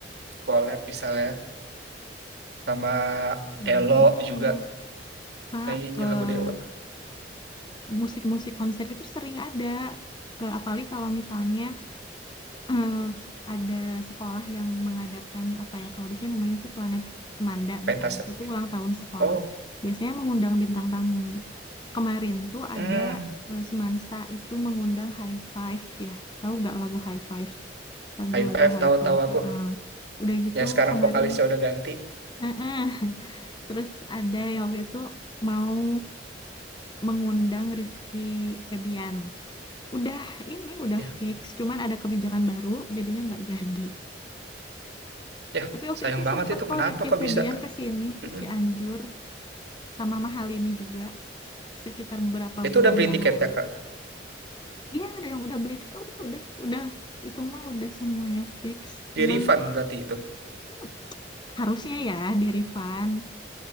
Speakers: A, on the right; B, on the left.
A: collab misalnya sama
B: ingat
A: Elo
B: tuh
A: juga
B: Kak
A: nyanyinya
B: eh,
A: lagu Dewa,
B: musik-musik konser itu sering ada. Eh, apalagi kalau misalnya eh, ada sekolah yang mengadakan apa ya, kalau di sini namanya tuh Planet Semanda
A: pentas.
B: misalnya. Itu tuh ulang tahun sekolah.
A: Oh,
B: Biasanya mengundang bintang tamu. Kemarin tuh ada
A: mm,
B: eh, Semansa itu mengundang High Five ya. Tahu nggak lagu High Five? Lagu-lagu
A: high five
B: High
A: tahu-tahu
B: Five.
A: aku
B: Ah, Udah gitu
A: Ya sekarang
B: kemarin.
A: vokalisnya udah ganti
B: eh, eh. <laughs> Terus ada yang waktu itu mau mengundang Rizky Febian. Udah ini udah
A: ya
B: fix, cuman ada kebijakan baru jadinya nggak jadi.
A: ya
B: Tapi waktu
A: sayang
B: itu
A: banget
B: sempet
A: itu
B: kok
A: kenapa
B: Rizky
A: kok
B: Febian
A: bisa
B: ke sini, ke
A: Mm-mm.
B: Cianjur sama mahal ini juga sekitar beberapa
A: itu
B: bulan
A: udah beli
B: yang
A: tiketnya
B: lalu.
A: kak
B: Iya, ada yang udah beli tiket, udah udah udah itu mah udah semuanya fix. Cuman
A: di refund berarti itu
B: hmm, harusnya ya di refund,